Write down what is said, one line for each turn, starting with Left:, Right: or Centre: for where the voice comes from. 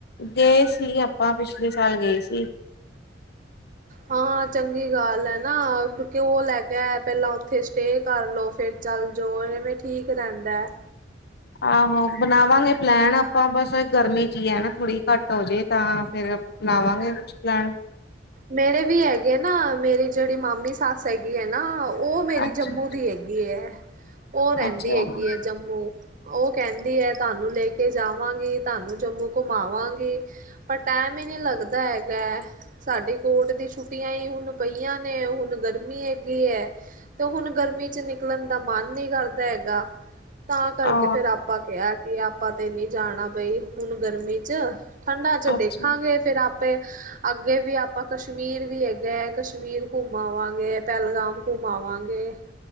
Left: ਗਏ ਸੀ ਆਪਾਂ, ਪਿਛਲੇ ਸਾਲ ਗਏ ਸੀ।
Right: ਹਾਂ ਚੰਗੀ ਗੱਲ ਹੈ ਨਾ, ਕਿਉਂ ਲ਼ੈ ਕੇ ਆਇਆਂ ਪਹਿਲਾਂ ਉੱਥੇ ਸਟੇ ਕਰ ਲਓ। ਫਿਰ ਚੱਲ ਜ਼ੋ, ਐਵੇਂ ਠੀਕ ਰਹਿੰਦਾਂ ਐਂ।
Left: ਆਹੋ, ਬਣਾਵਾਂਗੇ ਪਲੈਨ ਆਪਾਂ ਬਸ ਗਰਮੀ ਜੀਅ ਹੈਂ, ਨਾ ਥੋੜੀ ਘੱਟ ਹੋ ਜੇ ਤਾਂ ਫਿਰ ਬਣਾਵਾਂਗੇ
Right: ਹਾਂ।
Left: ਕੁਛ ਪਲੈਨ
Right: ਮੇਰੇ ਵੀ ਹੈਗੇ ਨਾ, ਮੇਰੀ ਜਿਹੜੀ ਮਾਮੀ ਸੱਸ ਹੈਗੀ ਹੈਂ ਨਾ ਉਹ ਮੇਰੀ
Left: ਅੱਛਾ
Right: ਜੰਮੂ ਦੀ ਹੈਗੀ ਐਂ, ਉਹ ਰਹਿੰਦੀ
Left: ਅੱਛਾ ਹੂੰ
Right: ਹੈਗੀ ਹੈ। ਜੰਮੂ ਉਹ ਕਹਿੰਦੀ ਹੈ, ਤੁਹਾਂਨੂੰ ਲੇ ਕੇ ਜਾਵਾਂਗੀ। ਤੁਹਾਂਨੂੰ ਜੰਮੂ ਘੁਮਾਵਾਂਗੀ। ਪਰ ਟੈਮ ਹੀ ਨੀਂ ਲੱਗਦਾ ਹੈਗਾ ਐਂ। ਸਾਡੀ ਕੋਰਟ ਦੀ ਛੁੱਟੀਆਂ ਈ ਹੁਣ ਪਈਆਂ ਨੇਂ, ਹੁਣ ਗਰਮੀ ਹੈਗੀ ਐਂ। ਤੇ ਹੁਣ ਗਰਮੀਂ ਚ ਨਿਕਲਣ ਦਾ ਮਨ ਨੀਂ ਕਰਦਾਂ ਹੈਗਾ, ਤਾਂ ਕਰਕੇ
Left: ਆ
Right: ਫਿਰ ਆਪ ਆਪਾਂ ਕਿਹਾਂ ਕਿ ਆਪਾਂ ਤੇ ਨੀਂ ਜਾਣਾਂ ਬਈ, ਹੁਣ ਗਰਮੀ ਚ ਠੰਡਾਂ ਚ
Left: ਅੱਛਾ
Right: ਦੇਖ ਤੇ ਫਿਰ ਆਪੇ ਅੱਗੇ ਵੀ ਆਪਾਂ ਕਸ਼ਮੀਰ ਵੀ ਹੈਗਾ ਐਂ, ਕਸ਼ਮੀਰ ਘੁੰਮਾਵਾਂਗੇ ਪਹਿਲਗਾਮ ਘੁੰਮਾਵਾਂਗੇ ਏਂ।